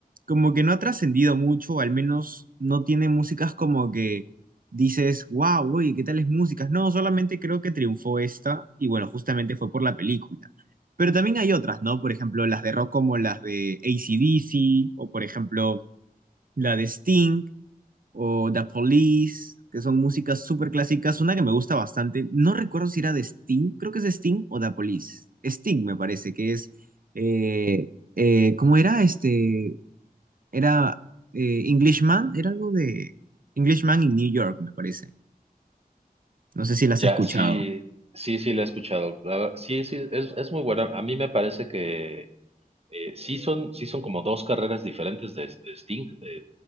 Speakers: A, on the right (about 65°); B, on the right (about 40°).
A: como que no ha trascendido mucho, al menos no tiene músicas como que dices, wow, oye, ¿qué tales músicas? No, solamente creo que triunfó esta, y bueno, justamente fue por la película. Pero también hay otras, ¿no? Por ejemplo, las de rock como las de AC/DC, o por ejemplo, la de Sting o The Police, que son músicas súper clásicas. Una que me gusta bastante, no recuerdo si era de Sting, creo que es de Sting o The Police. Sting me parece que es, eh, eh, ¿cómo era? Este, era eh, Englishman, era algo de Englishman in New York, me parece. No sé si las
B: Ya,
A: has escuchado.
B: sí, sí, sí, la he escuchado. La- sí, sí, es, es muy buena. A mí me parece que Eh, sí son, sí son como dos carreras diferentes de, de Sting eh,